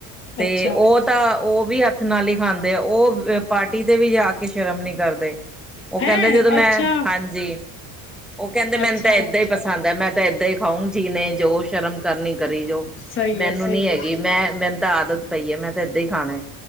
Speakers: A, in the centre; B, on the left.
A: ਤੇ
B: ਅੱਛਾ
A: ਉਹ ਤਾਂ ਉਹ ਵੀ ਹੱਥ ਨਾਲ ਹੀ ਖਾਂਦੇ ਆ ਉਹ ਪਾਰਟੀ ਤੇ ਵੀ ਜਾ ਕੇ ਸ਼ਰਮ ਨੀ ਕਰਦੇ ਉਹ
B: ਹੈਂ
A: ਕਹਿੰਦੇ ਜਦੋਂ ਮੈਂ
B: ਅੱਛਾ
A: ਹਾਂਜੀ ਉਹ ਕਹਿੰਦੇ ਮੈਨੂੰ
B: ਅੱਛਾ
A: ਤਾਂ ਏਦਾਂ ਹੀ ਪਸੰਦ ਪਸੰਦ ਹੈ ਮੈਂ ਤਾਂ ਇਹਦਾਂ ਹੀ ਖਾਊ ਜੀ ਨੇ ਜੋ ਸ਼ਰਮ ਕਰਨੀ ਕਰੀ ਜੋ
B: ਸਹੀ
A: ਮੈਨੂੰ
B: ਹੈ ਸਹੀ
A: ਨੀ ਹੈਗੀ
B: ਹੈ
A: ਮੈਂ ਮੈਨੂੰ ਤਾਂ ਆਦਤ ਪਈ ਹੈ ਮੈਂ ਤਾਂ ਇਹਦਾਂ ਹੀ ਖਾਣਾ